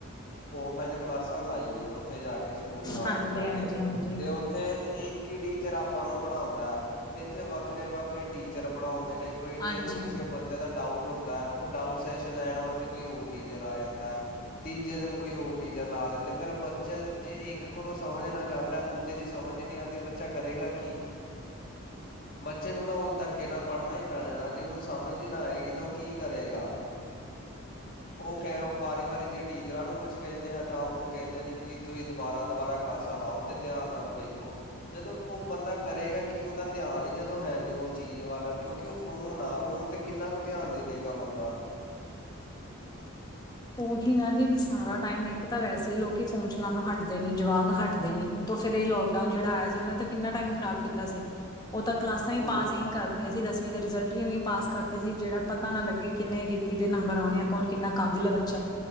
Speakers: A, on the left (about 40°); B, on the left (about 20°).
A: ਔਫਲਾਈਨ ਕਲਾਸਾਂ ਲਾਈਏ ਉੱਥੇ ਜਾ ਕੇ ਸਕੂਲ ਕਾਲਜ
B: ਹਾਂਜੀ
A: ਜਾ
B: ਹਾਂਜੀ
A: ਕੇ
B: ਹਾਂਜੀ
A: ਤੇ ਉਹ ਇੱਥੇ ਇੱਕ ਹੀ ਟੀਚਰ ਆਪਾਂ ਨੂੰ ਪੜਾਉਦਾ ਹੈ ਇੱਥੇ ਵੱਖਰੇ- ਵੱਖਰੇ ਟੀਚਰ ਪੜ੍ਹਾਉਂਦੇ ਨੇ। ਦੇਖੋ ਜੀ,
B: ਹਾਂਜੀ
A: ਜਦੋਂ ਕਿਸੇ ਬੰਦੇ ਦਾ ਡਾਊਟ ਹੁੰਦਾ। ਉਹ ਡਾਊਟ ਸੈਸ਼ਨ ਲੈਣ ਵਾਸਤੇ ਕੋਈ ਹੋਰ ਟੀਚਰ ਆ ਜਾਂਦਾ। ਤੀਜੇ ਦਿਨ ਕੋਈ ਹੋਰ ਟੀਚਰ ਲਾ ਦਿੰਦੇ ਫਿਰ ਬੱਚੇ ਜੇ ਇੱਕ ਕੋਲੋਂ ਸਮਝ ਨਾ ਚਾਂਦਾ ਦੁ। ਜੀਦੀ ਸਮਝ ਨਹੀਂ ਆਂਦੀ ਬੱਚਾ ਕਰੇਗਾ ਕੀ।
B: <inaudible>
A: ਬੱਚੇ ਨੂੰ ਤਾਂ ਹੁਣ ਧੱਕੇ ਨਾਲ ਪੜ੍ਹਨਾ ਹੀ ਪੈਣਾ ਨਾ ਜੇ ਉਹਨੂੰ ਸਮਝ ਹੀ ਨਾ ਆਏਗੀ ਤਾਂ ਉਹ ਕੀ। ਕਰੇਗਾ, ਉਹ ਕਹਿ ਵਾਰੀ ਵਾਰੀ ਜੇ ਟੀਚਰਾਂ ਨੂੰ ਕੁਛ। ਕਹਿਨੇ ਆ ਤਾਂ ਉਹ ਕਹਿੰਦੇ ਨੇ ਕਿ ਤੁਸੀਂ ਦੁਬਾਰਾ ਦੁਬਾਰਾ ਕਲਾਸਾਂ ਲਾਉ ਤੇ ਧਿਆਨ ਨਾਲ ਵੇਖੋ। ਜਦੋਂ ਉਹ ਬੰਦਾ ਕਰੇਗਾ ਕੀ ਉਹਦਾ ਧਿਆਨ ਹੀ ਜਦੋਂ ਹੈ ਨੀ ਉਸ ਚੀਜ਼ ਵੱਲ ਕਿਉਂ। ਕਿਉਂ ਉਹ ਫੋਨ ਆ ਫੋਨ ਤੇ ਕਿੰਨਾ ਕੁ ਧਿਆਨ ਦੇਲੇਗਾ ਬੰਦਾ।
B: ਉਹੀ ਨਾ ਜੀ ਵੀ ਸਾਰਾ ਟਾਈਮ ਇੱਕ ਤਾਂ ਵੈਸੇ ਲੋਕੀ ਫੋਨ ਚਲਾਉਣੋ ਹਟਦੇ ਨੀ ਜਵਾਕ ਹੱਟਦੇ ਨੀ। ਤੋਸ ਦੇ ਲੋਕਡਾਊਨ ਜਿਹੜਾ ਆਇਆ ਸੀ ਉਹਨੇ ਤਾਂ ਕਿੰਨਾ ਟਾਈਮ ਖਰਾਬ ਕੀਤਾ ਸੀ ਉਹ ਤਾਂ ਕਲਾਸਾਂ ਹੀ
A: ਬੋਲ
B: ਪਾਸ
A: ਜੀ।
B: ਐਈ ਕਰ। ਕਹਿੰਦੇ ਦਸਵੀਂ ਦੇ ਰਿਜ਼ਲਟ ਵੀ ਇਵੇਂ ਪਾਸ ਕਰਤੇ ਹੀ ਜਿਹੜਾ ਪਤਾ ਨਾ ਲੱਗੇ ਕਿੰਨੇ ਕਿਹਦੇ ਨੰਬਰ ਆਉਣੇ ਆ ਕੌਣ ਕਿੰਨਾ ਕਾਬਿਲ ਬ। ਅੱਛਾ,